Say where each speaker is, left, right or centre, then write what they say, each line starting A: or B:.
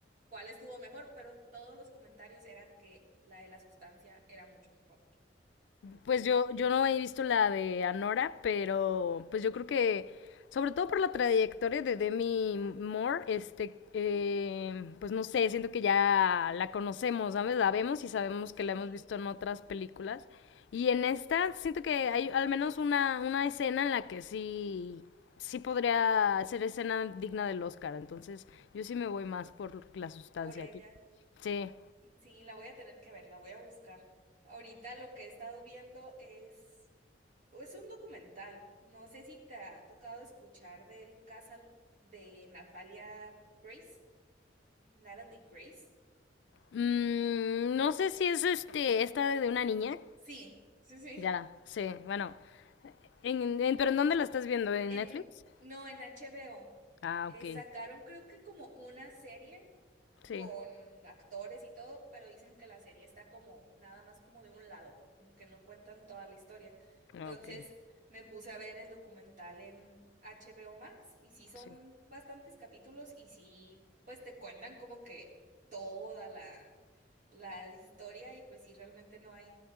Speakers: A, on the right (about 45°); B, on the left (about 75°).
A: cuál estuvo mejor, pero todos los comentarios era que la de la sustancia era mucho mejor.
B: Pues yo, yo no he visto la de Anora, pero pues yo creo que, sobre todo por la trayectoria de Demi Moore, este, eh, pues no sé, siento que ya la conocemos, ¿sabes? La vemos y sabemos
A: Sí,
B: que la hemos visto en otras películas. Y en esta siento que hay al menos una, una escena en la que sí, sí podría ser escena digna del Oscar. Entonces yo sí me voy más por la sustancia
A: por ella.
B: aquí. Sí.
A: Sí, la voy a tener que ver, la voy a buscar. Ahorita lo que he estado viendo es, o es un documental. No sé si te ha tocado escuchar del caso de Natalia Grace, Natalie Grace.
B: Mm, no sé si es este, esta de una niña.
A: Sí, sí, sí.
B: Ya, sí, bueno.
A: Eh,
B: En, en- ¿pero en dónde la estás viendo? ¿En
A: En,
B: Netflix?
A: no, en HBO.
B: Ah,
A: Eh,
B: ok.
A: sacaron creo que como una serie.
B: Sí.
A: con actores y todo, pero dicen que la serie está como nada más como de un lado, como que no cuentan toda la historia.
B: Ok,
A: Entonces me puse a ver el documental en HBO Max y sí son
B: sí.
A: bastantes capítulos y sí, pues te cuentan como que toda la, la historia y pues sí, realmente no hay,